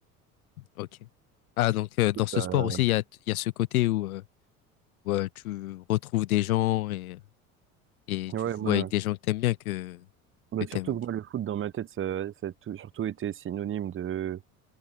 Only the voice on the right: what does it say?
Euh,
Ouais,
moi,
bah,
surtout
que moi, le foot, dans ma tête, ça, ça a tout- surtout été synonyme de,